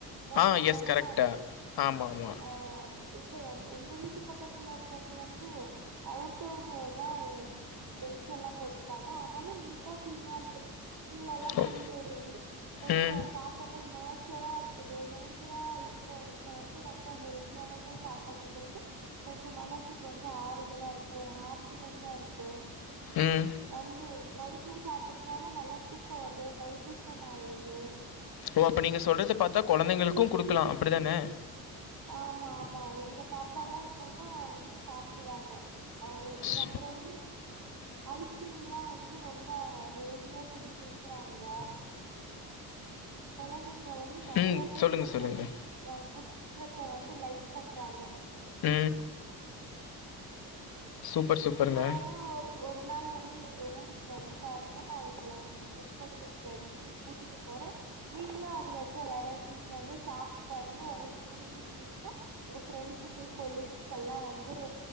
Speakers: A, on the right; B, on the left.
A: தவ்
B: ஆ எஸ்
A: நெனயாது
B: கரெக்டாக ஆமாம் ஆமாம்
A: ஆ இப்ப என் எங்க வீட்டு பக்கத்துல இருக்கிறது வந்து அவுட்டோர்தா பெஞ்ச் எல்லா போட்டுருக்காங்க ஆனாலு நீட்டா கிளீனா இருக்கு. கீழலல்லா புல்வெலி
B: ஓ
A: கொஞ்சோ
B: ம்
A: பாக்கவே நேச்சரா இருக்குது நேச்சரா இருக்கிற எடத்துல வந்து ரொம்ப ஹெல்தியானதா சாப்படறது வந்து கொஞ்சோ மனசுக்கு வந்து ஆறுதலா இருக்கூ ஒரு ஹாப்பினஸ்ஸா இருக்கூ
B: ம்
A: வந்து நைட்ல சாப்பிறதுனால நல்லா தூக்கோ வருது டைஜிஷன் ஆவுது
B: ஓ அப்ப நீங்க சொல்றத பாத்தா கொழந்தைங்களுக்கூ குடுக்கலா அப்டிதான
A: ஆமா ஆமா எங்க பாப்பால்லா போனா வந்து சாப்டுவாங்க அவுங்க இதுக்கு
B: ஸ்
A: அப்புறம் வந்து ஐஸ்கிரீம்லா வந்து ரொம்ப ஹெல்தியா செஞ்சி விக்கிறாங்க கொழந்தைங்க வந்து நறைய
B: ம்
A: பேர்
B: சொல்லுங்கள்
A: ஃபுட்ரக்
B: சொல்லுங்கள்
A: வ ஃபுட்ரெக்க வந்து லைக் பண்றாங்க
B: ம் சூப்பர் சூப்பருங்க
A: நீங்க வேணா ஒரு ஒரு நாள் வந்து எங்க ஊருக்கு வந்து பாருங்க நா உங்கள வந்து ஃபுட்ட்ரக் இருக்கிற எடத்துக்கு கூட்டிட்டு போறன் நீ அதுல இருக்க வெரைட்டிஸ் வந்து சாப்ட்டு பாருங்க உங்களுக்கு புடிச்சிருந்துச்சுன்னா உங்க ஃப்ரெண்ட்சுக்கூ கொலிக்ஸ்க் எல்லா வந்து